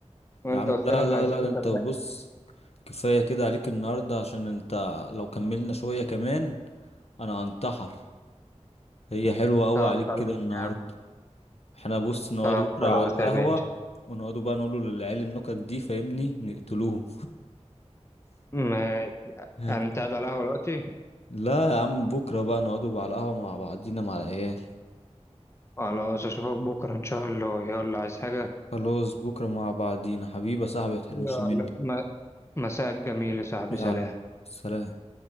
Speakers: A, on the left (about 25°); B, on the left (about 60°).
A: وانت
B: يا عم
A: قلت
B: لا
A: لي احنا
B: لا
A: عايزين
B: لا
A: نكت
B: ده انت بص
A: دقة
B: كفاية كده عليك النهاردة عشان انت لو كملنا شوية كمان انا هنتحر هي حلوة قوي
A: طب
B: عليك
A: خلاص
B: كده النهاردة
A: يا عم
B: احنا بص نقعدوا
A: طب
B: بكرة
A: خلاص
B: على القهوة
A: يا باشا
B: ونقعدوا بقى نقولوا للعيال النكت دي فاهمني نقتلوهم
A: ماشي
B: <laughs>
A: يعني انت قاعد على القهوة دلوقتي
B: لا يا عم بكرة بقى نقعدوا بقى على القهوة مع بعضينا مع العيال
A: خلاص اشوفك بكرة ان شاء الله يلا عايز حاجة
B: خلاص بكرة مع بعضينا حبيبي يا صاحبي متحرمش
A: يلا
B: مني
A: م- مساء جميل يا صاحبي
B: يلا
A: سلام
B: سلام